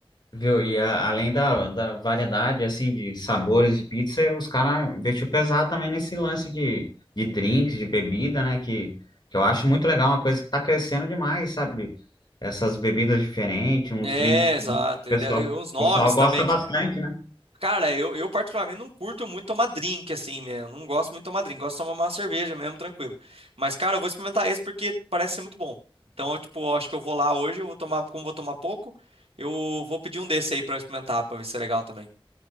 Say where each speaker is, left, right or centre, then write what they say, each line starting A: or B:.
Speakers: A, on the left (about 50°); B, on the right (about 85°).
A: Viu? E a- além da, da variedade, assim, de sabores de pizza, os caras investiu pesado também nesse lance de, de drinks, de bebida, né? Que, que eu acho muito legal, uma coisa que tá crescendo demais, sabe? Essas bebidas diferentes, uns
B: É,
A: drinks diferentes.
B: exato.
A: O pessoal,
B: E de- e
A: o
B: uns nomes
A: pessoal gosta
B: também
A: bastante,
B: que.
A: né?
B: Cara, eu, eu particularmente não curto muito tomar drink, assim, mesmo. Não gosto muito de tomar drink. Gosto de tomar uma cerveja mesmo, tranquilo. Mas, cara, eu vou experimentar esse porque parece ser muito bom. Então, eu, tipo, eu acho que eu vou lá hoje, eu vou tomar, como eu vou tomar pouco, eu vou pedir um desse aí pra eu experimentar, pra ver se é legal também.